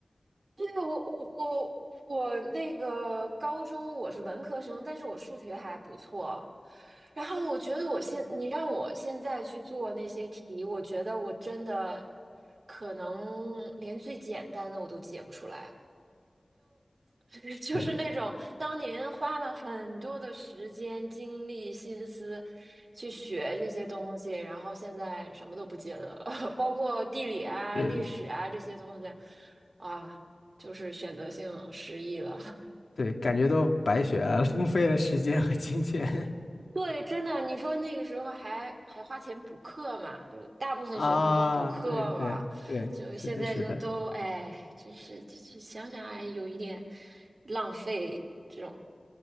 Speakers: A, on the right; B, on the left.
A: 对啊，我我我我那个高中我是文科生，但是我数学还不错。然后我觉得我现你让我现在去做那些题，我觉得我真的可能连最简单的我都解不出来。<laughs> 就是那种当年花了很多的时间、
B: 是
A: 精力、心思去学这些东西，然后现在什么都不记得了，<laughs> 包括地理啊、
B: 是的，
A: 历史啊这些东西，啊，就是选择性失忆了。
B: 对，感觉都白学了，<laughs> 浪费了时间和金钱
A: <laughs> 对，真的，你说那个时候还还花钱补课嘛？就大部分学生都补课嘛，
B: <laughs> 啊！对对对，
A: 就现在就都哎，
B: 是的，是的，
A: 真是就想想哎，有一点浪费这种